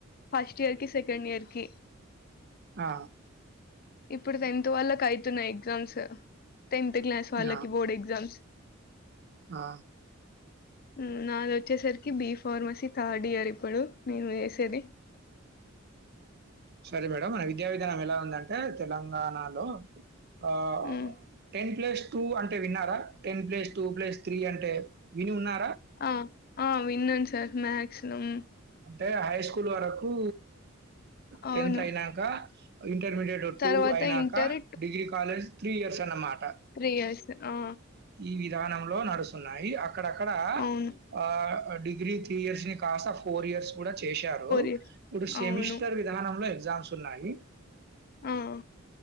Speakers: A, on the left; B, on the right.
A: ఫస్ట్ ఇయర్ ‌కి సెకండ్ ఇయర్‌ కి
B: ఆ!
A: ఇప్పుడు టెన్త్ వాళ్ళకి అయితున్నాయి ఎగ్జామ్స్ టెన్త్ క్లాస్ వాళ్ళకి
B: నా
A: బోర్డ్ ఎగ్జామ్స్
B: ఆ
A: మ్మ్ నాది వచ్చేసరికి బి ఫార్మసీ థర్డ్ ఇయర్ ఇప్పుడు నేను వేసేది
B: సరే మేడం మన విద్యా విధానం ఎలా ఉందంటే తెలంగాణలో ఆ
A: మ్మ్
B: టెన్ ప్లస్ టూ అంటే విన్నారా ten plus two plus three అంటే విని ఉన్నా
A: ఆ ఆ విన్నను సార్ మాక్సిమం
B: టే హై‌ స్కూల్ వరకు టెన్త్
A: అవును.
B: అయినాక ఇంటర్మీడియట్
A: తర్వాత
B: టూ అయినాక
A: inter
B: degree college three years అన్నమాట
A: త్రీయర్స్ ఆ
B: ఈ విధానంలో నడుస్తున్నాయి అక్కడక్కడ
A: అవును.
B: ఆ డిగ్రీ తీ ఇయర్స్ ని కాస్త ఫోర్ ఇయర్స్ కూడా చేశారు
A: ఇయర్స్.
B: ఇప్పుడు సెమిస్టర్
A: అవును.
B: విధానంలో ఎగ్జామ్స్ ఉన్నాయి
A: ఆఆ